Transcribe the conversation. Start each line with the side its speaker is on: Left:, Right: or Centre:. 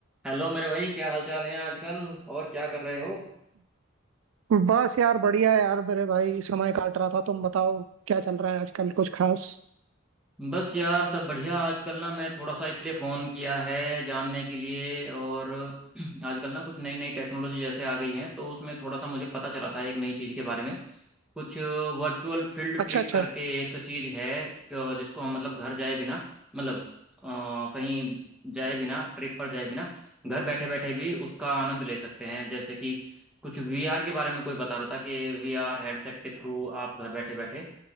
Centre: Hello मेरे भाई क्या हाल चाल है आजकल और क्या कर रहे हो
Right: बस यार बढ़िया है यार मेरे भाई समय काट रहा था तुम बताओ क्या चल रहा है आजकल कुछ खास
Centre: बस यार सब बढ़िया आजकल ना मैं थोड़ा सा इसलिए फ़ोन किया है जानने के लिए और <clears throat> आजकल ना कुछ नई नई टेक्नोलॉजी जैसे आ गई हैं तो उसमें थोड़ा सा मुझे पता चला था एक नई चीज़ के बारे में कुछ वर्चुअल फील्ड
Right: अच्छा
Centre: ट्रिप
Right: अच्छा
Centre: करके एक चीज़ है क- जिसको हम मतलब घर जाए बिना मतलब अ, कहीं जाए बिना ट्रिप पर जाए बिना घर बैठे बैठे भी उसका आनंद ले सकते हैं जैसे कि कुछ वीआर के बारे में कोई बता रहा था कि वीआर हेडसेट के थ्रू आप घर बैठे बैठे